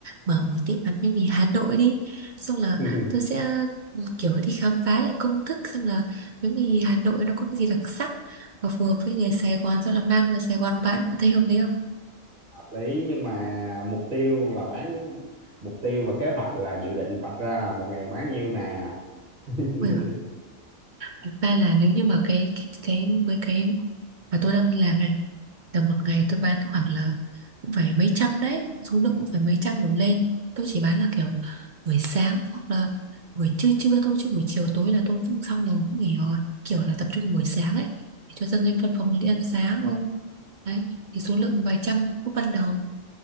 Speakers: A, on the right; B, on the right.
A: mở một tiệm bán bánh mì Hà Nội đi xong là
B: <laughs>
A: tôi sẽ ừ, kiểu đi khám phá lại công thức xem là bánh mì Hà Nội nó có cái gì đặc sắc và phù hợp với người Sài Gòn rồi là mang về Sài Gòn bán bạn thấy hợp lý không?
B: hợp lý nhưng mà mục tiêu là bán mục tiêu và kế hoạch là dự định vạch ra là một ngày bán nhiêu nè <laughs>
A: Ui giời, thật ra là nếu như mà cái cái cái với cái và tôi đang đi làm này tầm một ngày tôi bán khoảng là cũng phải mấy trăm đấy số lượng cũng phải mấy trăm đổ lên tôi chỉ bán là kiểu buổi sáng hoặc là buổi trưa trưa thôi chứ buổi chiều tối là tôi cũng xong rồi cũng nghỉ rồi kiểu là tập trung vào buổi sáng ấy để cho dân lên văn phòng đi ăn sáng thôi đấy thì số lượng vài trăm lúc ban đầu